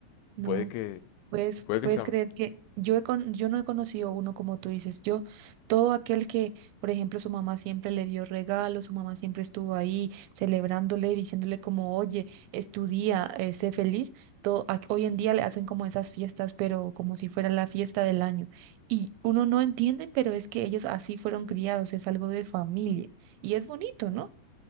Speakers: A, on the right (about 80°); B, on the left (about 80°).
A: No.
B: Puede que,
A: Puedes,
B: puede
A: puedes
B: que sea,
A: creer que yo, he con- yo no he conocido uno como tú dices. Yo, todo aquel que, por ejemplo, su mamá siempre le dio regalos, su mamá siempre estuvo ahí celebrándole, diciéndole como, oye, estudia, eh, sé feliz. Todo, ac- hoy en día le hacen como esas fiestas, pero como si fuera la fiesta del año. Y uno no entiende, pero es que ellos así fueron criados, es algo de familia. Y es bonito, ¿no?